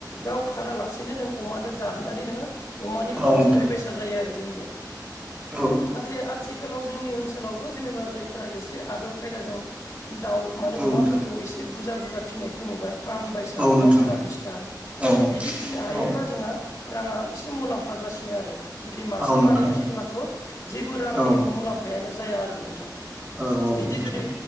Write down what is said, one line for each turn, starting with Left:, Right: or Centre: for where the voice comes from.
Left: गाव फानालासेनो नों अमानो जाहोनानै नोङो अमानियाव
Right: औ
Left: दोनथुमनाय
Right: नोंथां
Left: बायसा जायो आरो
Right: औ
Left: नाथाय आथिखालाव जोंनि ओनसोलावबो जेनेबा जायफोरा एसे आदब खायदाजों दाउ माने
Right: औ
Left: अमाफोरखौ
Right: नोंथां
Left: एसे बुरजा बुरजा फिसिनायखौ नुबाय फार्म बायस बायसा
Right: औ नोंथां
Left: दसथा बिसथा
Right: औ
Left: बिदि फिनो हायोब्ला
Right: औ
Left: जोंहा राङा एसे मुलाम्फा जासिनो आरो जुदि मासे
Right: औ नोंथां
Left: मानै फियोब्लाथ' जेबो रांनि
Right: औ
Left: मुलाम्फायानो जाया आरो नोंथां
Right: औ औ।
Left: बिदि जुदि
Right: नोंथां